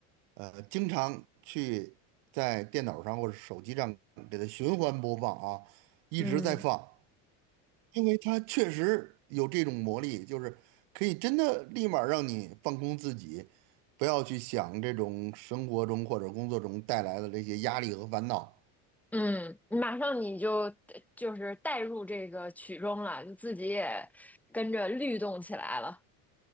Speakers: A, on the right; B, in the centre.
A: 呃，经常去在电脑上或者手机上给它循环播放啊，一直在放。
B: 嗯，
A: 因为它确实有这种魔力，就是可以真的立马让你放空自己，不要去想这种生活中或者工作中带来的这些压力和烦恼。
B: 嗯，马上你就就是带入这个曲中了，就自己也跟着律动起来了。